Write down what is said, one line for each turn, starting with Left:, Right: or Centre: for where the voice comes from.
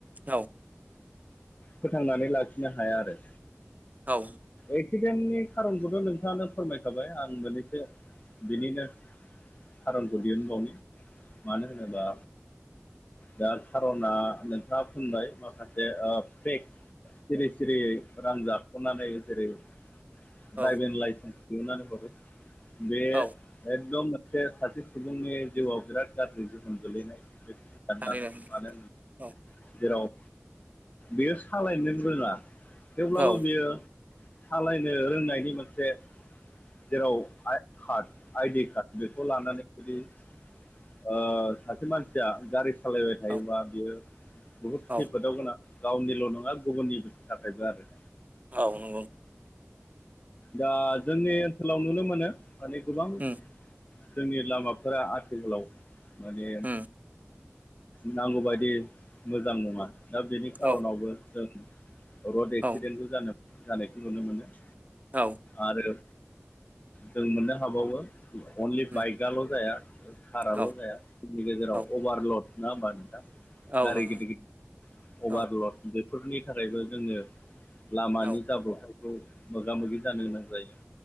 Right: औ
Left: फोथांनानै लाखिनो हाया आरो।
Right: औ
Left: एक्सिडेन्टनि खारनखौथ' नोंथाङानो फोरमायखाबाय आं मोने बिनिनो खारनखौ दिहुनबावनि मानो होनोबा दा खारना नोंथाङा बुंबाय माखासे पेक सिरि सिरि रां जाख'नानै जेरै ड्राइभिं
Right: औ औ
Left: लाइसेन्स दिहुननानै हरो बे एकदम
Right: औ
Left: मोनसे सासे सुबुंनि जिउआव बिराद गाज्रि जोहोम गोलैनाय बेखौ <unintelligible>
Right: थारैनो औ
Left: जेराव बियो सालायनो रोङा थेवब्लाबो
Right: औ
Left: बियो सालायनो रोंनायनि मोनसे जेराव कार्ड आइडि कार्ड बेखौ लानानै जुदि ओ सासे मानसिया गारि सालायबाय थायोबा
Right: औ औ
Left: बियो बहुद खैफोदाव
Right: औ
Left: गोनां गावनिल' नङा गुबुननि थाखायबो आरो।
Right: औ नंगौ
Left: दा जोंनि ओनसोलाव नुनो मोनो माने गोबां
Right: उम
Left: जोंनि लामाफोरा आथिखालाव माने
Right: उम
Left: नांगौबायदि मोजां नङा। दा बेनि खारनावबो
Right: औ
Left: जों रड एक्सिडेन्टबो
Right: औ
Left: जा जानायखौ नुनो मोनो।
Right: औ
Left: आरो जों मोननो हाबावो अनलि
Right: उम
Left: बाइकआल' जाया। काराल'
Right: औ
Left: जाया जोंनि गेजेराव
Right: औ
Left: अभारलड नङा होमबा नोंथां
Right: औ
Left: गारि
Right: नंगौ
Left: गिदिर गिदिर अभारलड
Right: औ
Left: बेफोरनि थाखायबो जोङो लामानि
Right: औ
Left: जाब्रबथाय खौ मोगा मोगि जानो गोनां जायो